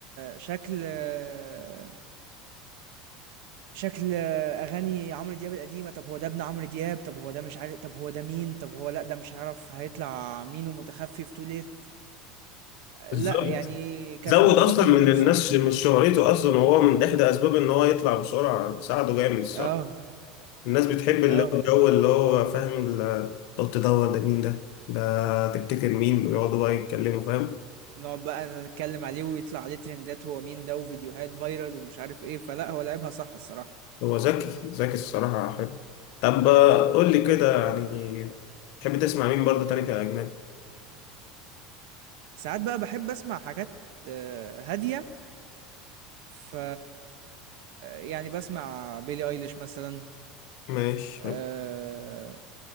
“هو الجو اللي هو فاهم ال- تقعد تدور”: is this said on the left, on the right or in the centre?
Left